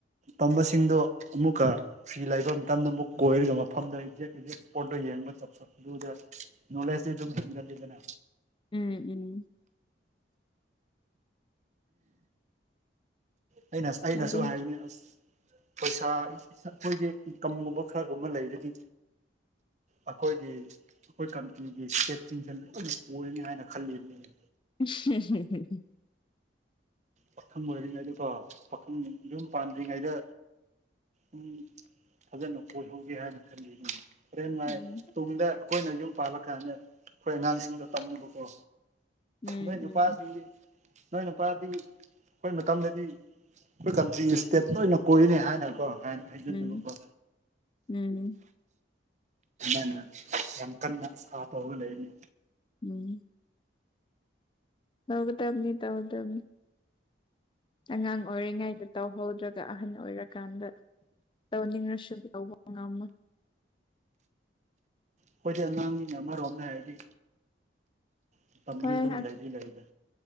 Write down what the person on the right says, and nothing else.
ꯇꯝꯕꯁꯤꯡꯗꯣ ꯑꯃꯨꯛꯀ ꯐꯤ ꯂꯩꯕ ꯃꯇꯝꯗ ꯑꯃꯨꯛ ꯀꯣꯏꯔꯒ ꯃꯐꯝꯗ ꯑꯦꯛꯖꯦꯛ ꯑꯦꯛꯖꯦꯛ ꯄꯣꯠꯇꯣ ꯌꯦꯡꯕ ꯆꯠꯄ ꯑꯗꯨꯗ ꯅꯣꯂꯦꯖꯇꯤ ꯑꯗꯨꯝ ꯍꯦꯟꯒꯜꯂꯤꯗꯅ
ꯑꯩꯅ ꯑꯩꯅꯁꯨ
ꯍꯥꯏꯌꯨꯅꯦ ꯑꯁ ꯄꯩꯁꯥ ꯑꯩꯈꯣꯏꯁꯦ ꯏꯟꯀꯝꯒꯨꯝꯕ ꯈꯔꯒꯨꯝꯕ ꯂꯩꯔꯗꯤ ꯑꯩꯈꯣꯏꯒꯤ ꯑꯩꯈꯣꯏ ꯀꯝꯄꯅꯤꯒꯤ ꯁꯦꯞꯁꯤꯡꯁꯦ ꯂꯣꯏꯅ ꯑꯣꯏꯅꯤ ꯍꯥꯏꯅ ꯈꯜꯂꯤꯕꯅꯤ
ꯄꯥꯈꯪ ꯑꯣꯏꯔꯤꯉꯩꯗꯀꯣ ꯄꯥꯈꯪ ꯌꯨꯝ ꯄꯥꯟꯗ꯭ꯔꯤꯉꯩꯗ ꯎꯝ ꯐꯖꯅ ꯀꯣꯏꯍꯧꯒꯦ ꯍꯥꯏꯅ ꯈꯜꯂꯤ ꯑꯗꯨ ꯐꯔꯦꯟ ꯅꯨꯡꯉꯥꯏ
ꯇꯨꯡꯗ ꯑꯩꯈꯣꯏꯅ ꯌꯨꯝ ꯄꯥꯜꯂꯀꯥꯟꯗ ꯑꯩꯈꯣꯏ ꯑꯉꯥꯡꯁꯤꯡꯗꯣ ꯇꯝꯅꯕꯀꯣ
ꯅꯣꯏ
ꯅꯨꯄꯥꯗ ꯅꯣꯏꯅꯄꯥꯗꯤ ꯑꯩꯈꯣꯏ ꯃꯇꯝꯗꯗꯤ ꯑꯩꯈꯣꯏ ꯀꯟꯇ꯭ꯔꯤ ꯏꯁꯇꯦꯠ ꯑꯣꯏꯅ ꯀꯣꯏꯔꯤꯅꯦ ꯍꯥꯏꯅꯀꯣ ꯍꯥꯏꯖꯠ
ꯅꯃꯜ ꯋꯥ
ꯑꯅ ꯌꯥꯝꯀꯅ ꯑ ꯇꯂꯅꯤ
ꯑꯩꯣꯏꯗꯤ ꯑꯉꯥꯡꯒꯤ ꯑꯃꯔꯣꯝꯗ ꯍꯥꯏꯔꯗꯤ ꯃꯇꯝꯗꯤ
ꯑꯗꯨꯝ ꯂꯩꯗꯤ ꯂꯩꯗ